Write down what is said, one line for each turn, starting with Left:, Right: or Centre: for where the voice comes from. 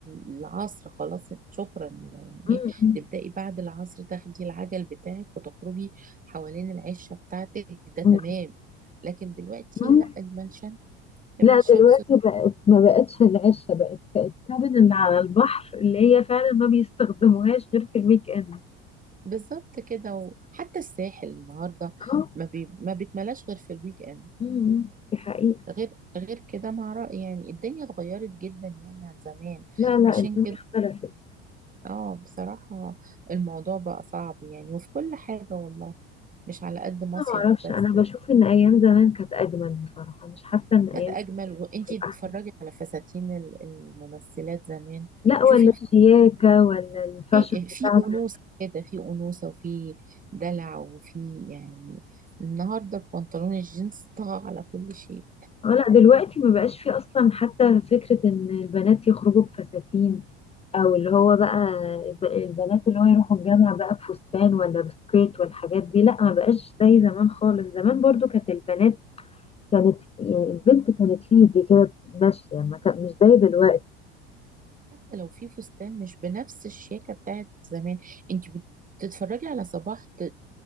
Right: العصر خلاص شكرا يعني
Left: مم.
Right: إيه تبدأي بعد العصر تاخدي العجل بتاعك وتخرجي حوالين العشة بتاعتك ده تمام
Left: مم.
Right: لكن دلوقتي
Left: مم.
Right: لأ لما الشمس لما
Left: لا
Right: الشمس
Left: دلوقتي بقت ما بقتش العشة بقت الكابن اللي على البحر اللي هي فعلا ما بيستخدموهاش غير في الويك اند
Right: بالظبط كده وحتى الساحل النهاردة
Left: اه
Right: ما, بي... ما بيتملاش غير في الويك إند
Left: مم. دي حقيقة
Right: غير غير كده مع رأي يعني الدنيا اتغيرت جدا يعني عن زمان
Left: لا لا
Right: عشان
Left: الدنيا
Right: كده
Left: اختلفت
Right: اه بصراحة الموضوع بقى صعب يعني وفي كل حاجة والله مش على قد مصيف
Left: انا ما اعرفش
Right: بس
Left: انا بشوف ان ايام زمان كانت اجمل بصراحه مش حاسه ان ايام
Right: كانت أجمل وانتي
Left: بتبقى احلى
Right: تتفرجي على فساتين ال- الممثلات زمان
Left: لا
Right: شوفي
Left: ولا
Right: الف-
Left: الشياكه ولا الفاشن
Right: في في
Left: بتاع
Right: أنوثة
Left: زمان
Right: كده في أنوثة وفي دلع وفي يعني النهاردة البنطلون الجينز طغى على كل شيء
Left: اه لا دلوقتي ما بقاش في اصلا حتى فكره ان البنات يخرجوا بفساتين او اللي هو بقى الب- البنات اللي هو يروحوا الجامعه بقى بفستان ولا بسكيرت والحاجات دي لا ما بقاش زي زمان خالص زمان برضو كانت البنات كانت يعني البنت كانت في ايدي كده ماشيه ما كان مش زي دلوقتي
Right: حتى لو في فستان مش بنفس الشياكة بتاعت زمان انت بتتفرجي على صباح ت-